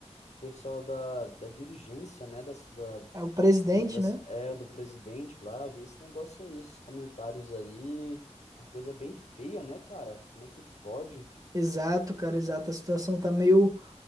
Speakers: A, on the left (about 75°); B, on the right (about 30°).
A: do pessoal da, da dirigência, né? Das, da,
B: É o presidente,
A: do, das,
B: né?
A: é, do presidente lá. Eu vi esse negócio aí, esses comentários aí. Uma coisa bem feia, né, cara? Como é que pode?
B: Exato, cara, exato. A situação tá meio